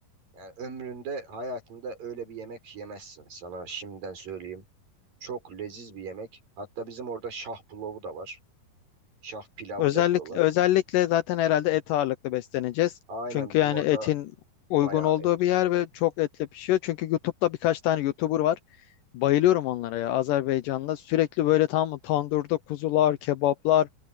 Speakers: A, on the right (about 65°); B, on the left (about 75°).
A: Yani ömründe hayatında öyle bir yemek yemezsin. Sana şimdiden söyleyeyim. Çok leziz bir yemek. Hatta bizim orada şah pulavı da var. Şah pilavı
B: Özellikle
A: da diyorlar.
B: özellikle zaten herhalde et ağırlıklı besleneceğiz.
A: Aynen
B: Çünkü
A: bizim
B: yani
A: orada
B: etin uygun
A: bayağı
B: olduğu
A: et
B: bir yer
A: var.
B: ve çok etle pişiyor. Çünkü YouTube'da birkaç tane YouTuber var. Bayılıyorum onlara ya Azerbaycan'da. Sürekli böyle tam tandırda kuzular, kebaplar